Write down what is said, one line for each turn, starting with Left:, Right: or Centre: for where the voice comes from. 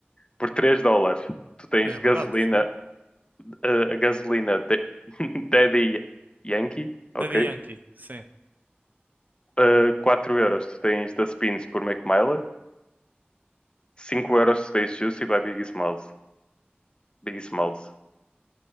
Left: por 3 dólares tu tens
Right: É
Left: gasolina,
Right: barato, Sim. sim.
Left: eh, a gasolina de- <laughs> Daddy Yankee. Ok,
Right: Daddy Yankee, sim.
Left: Eh, 4 euros tu tens The Spins por Mac Miller. cinco euros tu tens Juicy by Biggie Smalls. Big Smalls.